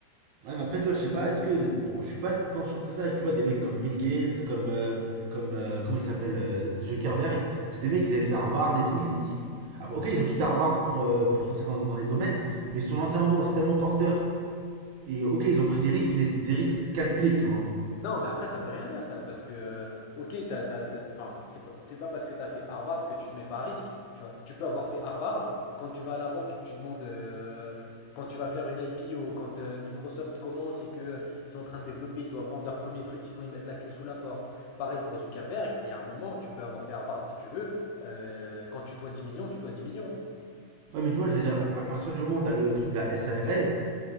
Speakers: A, on the right; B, on the left.
A: Ouais, mais après, tu vois, je sais pas, est-ce que. Pour, je suis pas tant sûr que ça. Tu vois, des mecs comme Bill Gates, comme. euh, comme euh, comment il s'appelle euh, Zuckerberg, c'est des mecs, qui avaient fait Harvard et tout. Ils, ils- Après, ok, ils ont quitté Harvard pour, euh, pour se lancer dans, dans des domaines, mais ils se sont lancés à un moment où c'est tellement porteur. Et ok, ils ont pris des risques, mais c'était des risques calculés, tu vois.
B: Non, mais après, ça veut rien dire ça, parce que, euh, ok, t'as, t'as- t'as- enfin, c'est pas, c'est pas parce que t'as fait Harvard que tu te mets pas à risque, tu vois. Tu peux avoir fait Harvard, quand tu vas à la banque et que tu demandes, euh, quand tu vas faire une IPO, quand euh, Microsoft commence et que euh, ils sont en train de développer, ils doivent vendre leur premier truc, sinon ils mettent la clé sous la porte. Pareil pour Zuckerberg, il y a un moment, tu peux avoir fait Harvard si tu veux, euh, quand tu dois 10 millions, tu dois 10 millions. hein.
A: Ouais, mais tu vois, je veux dire, à partir du moment où t'as le truc de la SARL,